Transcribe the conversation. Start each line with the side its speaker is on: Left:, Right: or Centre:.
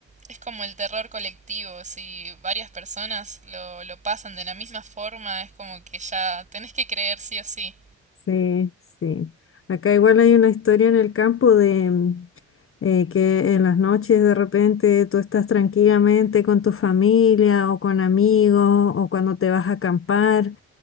Right: es como el terror colectivo. Si varias personas lo, lo pasan de la misma forma, es como que ya tenés que creer sí o sí.
Left: Sí, sí. Acá igual hay una historia en el campo de mm, eh, que en las noches de repente tú estás tranquilamente con tu familia o con amigos o cuando te vas a acampar